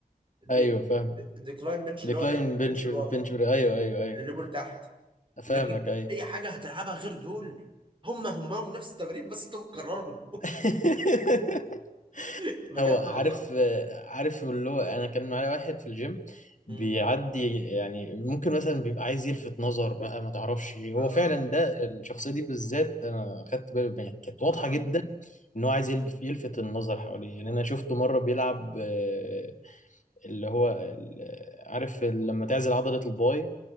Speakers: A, on the right (about 35°); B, on the left (about 60°).
A: دي...
B: ايوه فاهم
A: دي- ديكلاين بنش
B: ديكلاين
A: اللي هو ايه
B: بنش
A: بنش لورا
B: بنش ايوه ايوه ايوه
A: الليفل لتحت
B: فاهمك
A: لكن
B: ايوه
A: اي حاجه هتلعبها غير دول هم هم ونفس التمارين بس انت بتكررهم
B: <laughs>
A: <laughs> بجد
B: هو عارف
A: والله
B: عارف اللي هو انا كان معايا واحد في الجيم بيعدي
A: مم.
B: يعني ممكن مثلا بيبقى عايز يلفت نظر بقى ما تعرفش إيه. هو
A: اه
B: فعلا ده الشخصيه دي بالذات انا اخدت بالي يعني كانت واضحه
A: اه
B: جدا ان هو عايز يلف- يلفت النظر حواليه يعني انا شفته مره بيلعب آه، اللي هو ال- عارف لما تعزل عضله الباي